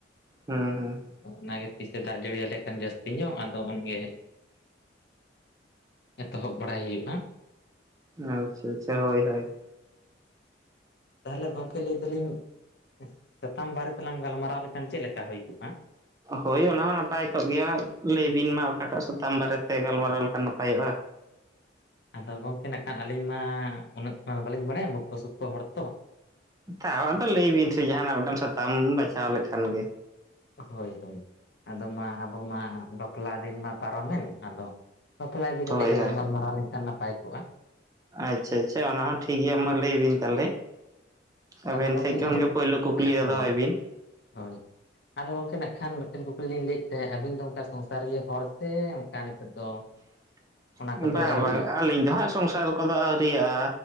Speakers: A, on the right; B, on the left.
A: ᱦᱩᱸ ᱦᱩᱸ᱾
B: ᱟᱫᱚ ᱚᱱᱟᱜᱮ ᱛᱤᱥᱮ ᱫᱟᱜ ᱡᱟᱹᱲᱤᱭᱟ ᱞᱮ ᱠᱷᱟᱱ ᱡᱟᱹᱥᱛᱤ ᱧᱚᱜ ᱟᱫᱚ ᱩᱱᱜᱮ ᱮᱛᱚᱦᱚᱵ ᱵᱟᱲᱟᱭ ᱦᱩᱭᱩᱜᱼᱟ᱾
A: ᱟᱪᱪᱷᱟ ᱪᱷᱟ ᱦᱳᱭ ᱦᱳᱭ᱾
B: ᱛᱟᱦᱚᱞᱮ ᱜᱚᱝᱠᱮ ᱞᱟᱹᱭ ᱫᱟᱞᱤᱧ ᱥᱟᱛᱟᱢ ᱵᱟᱨᱮ ᱛᱮᱞᱟᱝ ᱜᱟᱞᱢᱟᱨᱟᱣ ᱞᱮᱠᱷᱟᱱ ᱪᱮᱫ ᱞᱮᱠᱟ ᱦᱳᱭ ᱠᱚᱜᱼᱟ?
A: ᱦᱳᱭ ᱚᱱᱟ ᱦᱚᱸ ᱱᱟᱯᱟᱭ ᱠᱚᱜ ᱜᱮᱭᱟ, ᱞᱟᱹᱭ ᱵᱤᱱ ᱢᱟ ᱚᱠᱟᱴᱟᱜ ᱥᱟᱛᱟᱢ ᱵᱟᱨᱮᱛᱮ ᱜᱟᱞᱢᱟᱨᱟᱣ ᱞᱮᱠᱷᱟᱱ ᱱᱟᱯᱟᱭᱚᱜᱼᱟ᱾
B: ᱟᱫᱚ ᱜᱚᱝᱠᱮ ᱱᱟᱜ ᱠᱷᱟᱱ ᱟᱹᱞᱤᱧ ᱢᱟ ᱩᱱᱟᱹᱜ ᱢᱟ ᱵᱟᱹᱞᱤᱧ ᱵᱟᱲᱟᱭᱟ ᱢᱩᱠᱠᱷᱚ ᱥᱚᱠᱠᱠᱷᱚ ᱦᱚᱲ ᱛᱚ,
A: ᱛᱟᱣ ᱟᱫᱚ ᱞᱟᱹᱭ ᱵᱤᱱ ᱥᱮ ᱡᱟᱸᱦᱱᱟᱜ ᱢᱤᱫᱴᱟᱝ ᱥᱟᱛᱟᱢ ᱵᱟᱪᱷᱟ ᱞᱮᱠᱷᱟᱱ ᱜᱮ᱾
B: ᱦᱳᱭ ᱦᱳᱭ, ᱟᱫᱚ ᱢᱟ ᱟᱵᱚ ᱢᱟ ᱵᱟᱯᱞᱟ ᱫᱤᱱ ᱢᱟ ᱯᱟᱨᱚᱢᱮᱱ ᱟᱫᱚ ᱵᱟᱯᱞᱟ ᱤᱫᱤ ᱠᱟᱛᱮ
A: ᱦᱳᱭ
B: ᱜᱮᱞᱟᱝ
A: ᱦᱳᱭ
B: ᱜᱟᱞᱢᱟᱨᱟᱣ ᱞᱮᱱᱠᱷᱟᱱ ᱱᱟᱯᱟᱭ ᱠᱚᱜᱼᱟ᱾
A: ᱟᱪᱪᱷᱟ ᱟᱪᱪᱷᱟ, ᱚᱱᱟ ᱦᱚᱸ ᱴᱷᱤᱠ ᱜᱮᱭᱟ ᱢᱟ ᱞᱟᱹᱭ ᱵᱤᱱ ᱛᱟᱦᱚᱞᱮ᱾ ᱟᱵᱮᱱ
B: ᱟᱫᱚ ᱜᱚᱝᱠᱮ
A: ᱥᱮᱫ
B: ᱞᱤᱧ
A: ᱠᱷᱚᱱᱜᱮ
B: ᱞᱟᱹᱭ
A: ᱯᱳᱭᱞᱳ ᱠᱩᱠᱞᱤ ᱫᱚ
B: ᱦᱳᱭ
A: ᱫᱚᱦᱚᱭ ᱵᱤᱱ᱾
B: ᱦᱳᱭ᱾ ᱟᱫᱚ ᱜᱚᱝᱠᱮ ᱱᱟᱜ ᱠᱷᱟᱱ ᱢᱤᱫᱴᱮᱱ ᱠᱩᱠᱞᱤ ᱞᱤᱧ ᱞᱟᱹᱭᱮᱫ ᱛᱟᱦᱮᱸᱫ ᱟᱹᱵᱤᱱ ᱫᱚ ᱚᱱᱠᱟ ᱥᱚᱝᱥᱟᱨᱤᱭᱟᱹ ᱦᱚᱲ ᱥᱮ ᱚᱱᱠᱟ ᱱᱤᱛᱚᱜ ᱫᱚ
A: <inaudible>
B: ᱚᱱᱟ ᱠᱚᱫᱚ
A: ᱵᱟᱝ
B: ᱟᱹᱣᱨᱤᱭᱟᱜ
A: ᱵᱟᱝ ᱟᱹᱞᱤᱧ ᱫᱚ ᱦᱟᱸᱜ ᱥᱚᱝᱥᱟᱨ ᱠᱚ ᱫᱚ ᱟᱹᱣᱨᱤᱭᱟᱜᱼᱟ,